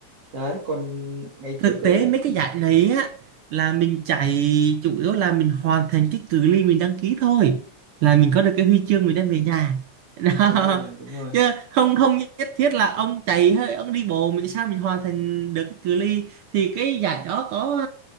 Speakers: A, on the right; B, on the right.
A: đấy còn ngày
B: thực
A: trước ấy
B: tế mấy cái giải này á là mình chạy chủ yếu là mình hoàn thành cái cự ly mình đăng ký thôi là mình có được cái huy chương mình đem về nhà <laughs> đó.
A: đúng rồi đúng rồi
B: chứ không không nhất thiết là ông chạy hơi ông đi bộ mình sao mình hoàn thành được cái cự ly thì cái giải đó có